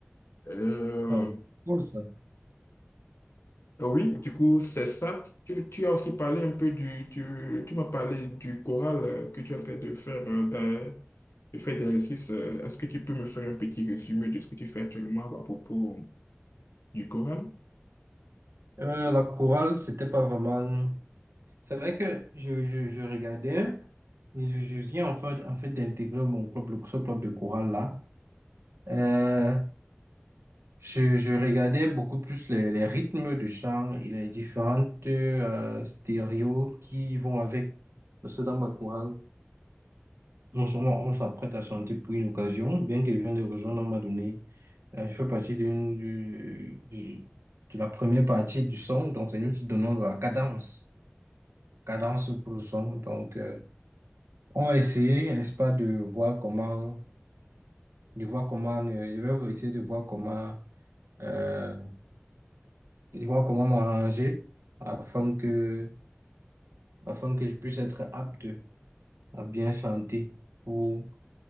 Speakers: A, on the left; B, on the right.
A: Euh,
B: Oh, cool ça.
A: Ah Oui, du coup, c'est ça. Tu, tu as aussi parlé un peu du, tu, tu m'as parlé du choral euh, que tu es en train de faire, euh, dans- de faire des exercices. euh, Est-ce que tu peux me faire un petit résumé de ce que tu fais actuellement à propos du choral?
B: Euh, la chorale, c'était pas vraiment. C'est vrai que je, je, je regardais, je, je viens en fait, en fait d'intégrer mon club, le- ce club de chorale là. Euh, je, je regardais beaucoup plus les, les rythmes de chant et les différentes euh, stéréos qui vont avec. Parce que dans ma chorale, on, s- on, on s'apprête à chanter pour une occasion, bien qu'elle vienne de rejoindre, on m'a donné. euh, je fais partie d'une, du, du- de la première partie du son, donc c'est nous qui donnons de la cadence, cadence pour le son. Donc, euh, On va essayer, n'est-ce pas, de voir comment, de voir comment, euh, je vais essayer de voir comment, euh, de voir comment m'arranger afin que, afin que je puisse être apte à bien chanter pour,